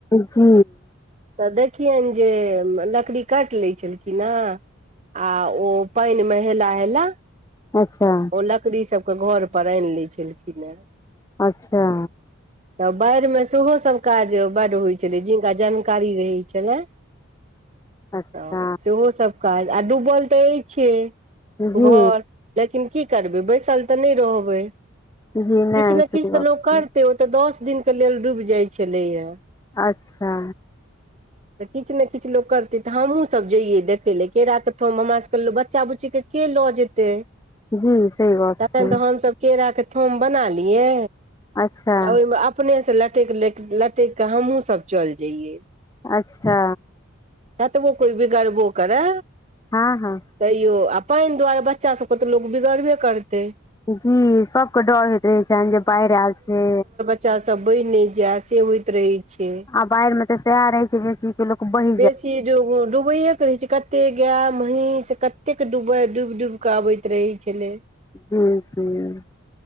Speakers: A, on the left (about 15°); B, on the right (about 30°).
A: जी
B: त देखियैन जे लकड़ी काटि ले छलखिन है आ ओ पानि म हेला हेला
A: अच्छा
B: ओ लकड़ीसभ के घर पर आइन लै छलखिन ह
A: अच्छा
B: तऽ बाढ़ि मे सेहो सब काज बड होइ छलै जिनका जानकारी रहै छलै
A: अच्छा
B: तऽ सेहो सभ काज आ डूबल तऽ अछि
A: जी
B: घर लेकिन की करबै बैसल त नइ रहबै
A: जी नहि
B: किछ ने
A: सही
B: किछ त
A: गप
B: लोक
A: छै
B: करतै ओ त दस दिनके लेल डूब जाइ छलै य
A: अच्छा
B: <inaudible> तऽ किछ ले किछ लोक करतै तऽ हमहूँसभ जैयै देखय लेए केरा के थम हमरासभकेँ लोक बच्चा बुच्चीके के ल जेते
A: जी सही गप
B: तखन
A: छै
B: तऽ हमसभ केराके थोम बना लियै
A: अच्छा
B: ओहि अपने से लट लटकि कऽ हमहूँ सब चलि जइयै
A: अच्छा
B: कतवो कोई बिगरबो करै
A: हँ हँ
B: तैयो आ पानि दुआरे बच्चाभकेँ तऽ लोक बिगड़बे करतै
A: जी सबके डर होइत रहे छनि जे बाढ़ि आयल छै
B: बच्चा सब बन ने जाय से होइत रहै छै
A: आ बाढ़ि मे तऽ सएह रह छै बेसी वह
B: बेसी ज डुबैए क रहै छै कतेक गाय महीस से कतेक डूबैत डूबि डूबि कऽ आबैत रहै छलै
A: जी जी <unintelligible>